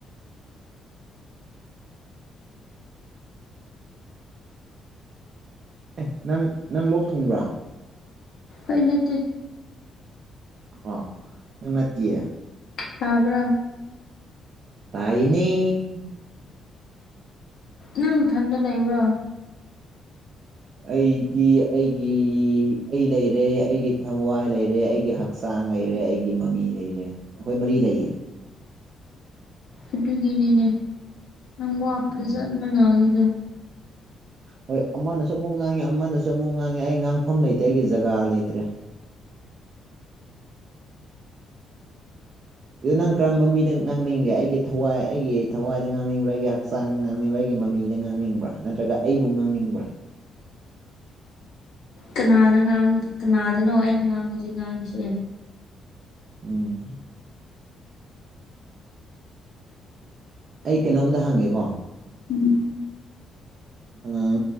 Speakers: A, on the right (about 55°); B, on the left (about 70°).
A: ꯑꯦ ꯅꯪ ꯅꯪ ꯂꯣꯛ ꯊꯨꯡꯕ꯭ꯔꯥ
B: ꯑꯩ ꯅꯠꯇꯦ
A: ꯑꯣ ꯅꯪ ꯅꯠꯇꯤꯌꯦ
B: ꯇꯥꯕ꯭ꯔꯥ
A: ꯇꯥꯏꯌꯦꯅꯦ
B: ꯅꯪ ꯊꯟꯗ ꯂꯩꯕ꯭ꯔꯣ
A: ꯑꯩꯗꯤ ꯑꯩꯒꯤ ꯑꯩ ꯂꯩꯔꯦ ꯑꯩꯒꯤ ꯊꯋꯥꯏ ꯂꯩꯔꯦ ꯑꯩꯒꯤ ꯍꯛ ꯍꯛꯆꯥꯡ ꯂꯩꯔꯦ ꯑꯩꯒꯤ ꯃꯃꯤ ꯂꯩꯔꯦ ꯑꯩꯈꯣꯏ ꯃꯔꯤ ꯂꯩꯌꯦ
B: ꯑꯗꯨꯒꯤꯅꯤꯅꯦ ꯅꯪꯪ ꯋꯥ ꯐꯥꯖꯅ
A: ꯎꯝ
B: ꯉꯥꯡꯉꯤꯗꯣ
A: ꯍꯣꯏ ꯑꯃꯅꯁꯨ ꯑꯃꯨꯛ ꯉꯥꯡꯏ ꯑꯃꯅꯁꯨ ꯑꯃꯨꯛ ꯉꯥꯡꯏ ꯑꯩ ꯉꯥꯡꯐꯝ ꯂꯩꯇꯦ ꯑꯩꯒꯤ ꯖꯒꯥ ꯂꯩꯇ꯭ꯔꯦ ꯑꯗꯨ ꯅꯪ ꯀꯔꯝꯕ ꯃꯤꯗ ꯉꯥꯡꯅꯤꯡꯒꯦ ꯑꯩꯒꯤ ꯊꯋꯥꯏ ꯑꯩꯒꯤ ꯊꯋꯥꯏꯗ ꯉꯥꯡꯅꯤꯡꯕ꯭ꯔꯥ ꯑꯩꯒꯤ ꯍꯛꯆꯥꯡꯗ ꯉꯥꯡꯅꯤꯡꯕ꯭꯭ꯔꯥ ꯑꯩꯒꯤ ꯃꯃꯤ ꯗꯥ ꯉꯥꯡꯅꯤꯡꯕ꯭ꯔꯥ ꯅꯠꯇ꯭ꯔꯒ ꯑꯩꯕꯨ ꯉꯥꯡꯅꯤꯡꯕ꯭ꯔꯥ
B: ꯀꯅꯥꯅ ꯉꯥꯡ ꯀꯅꯥꯗꯅꯣ ꯑꯩꯅ ꯉꯥꯡ ꯍꯧꯖꯤꯛ ꯉꯥꯡꯏꯁꯦ
A: ꯎꯝ ꯑꯩ ꯀꯩꯅꯣꯝꯇ ꯍꯪꯒꯦꯀꯣ
B: ꯎꯝ
A: ꯑꯥ